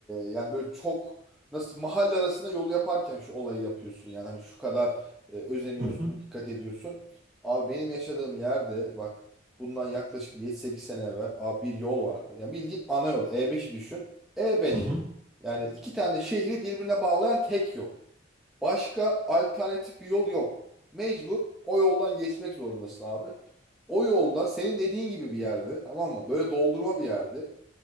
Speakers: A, in the centre; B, on the right.
A: yani böyle çok nasıl mahalle arasında yol yaparken şu olayı yapıyorsun yani hani şu kadar e, özeniyorsun
B: hı hı,
A: dikkat ediyorsun. Abi benim yaşadığım yerde bak bundan yaklaşık yedi sekiz sene evvel abi bir yol vardı. Yani bildiğin ana yol E5'i düşün. E5
B: hı hı.
A: yani iki tane şehri birbirine bağlayan tek yol. Başka alternatif bir yol yok. Mecbur o yoldan geçmek zorundasın abi. O yolda senin dediğin gibi bir yerde tamam mı? Böyle doldurma bir yerde.